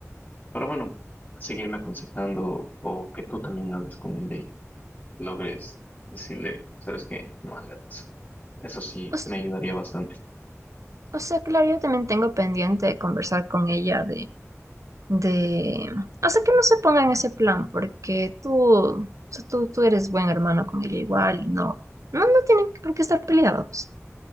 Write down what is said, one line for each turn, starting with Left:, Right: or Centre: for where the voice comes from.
Left: pero bueno, seguirme aconsejando o que tú también hables con ella y logres decirle, sabes qué, no hagas eso. Eso sí,
Right: O sea,
Left: me ayudaría bastante.
Right: o sea, claro, yo también tengo pendiente de conversar con ella de, de, o sea, que no se ponga en ese plan, porque tú, o sea, tú, tú eres buen hermano con ella igual y no, no, no tienen por qué estar peleados.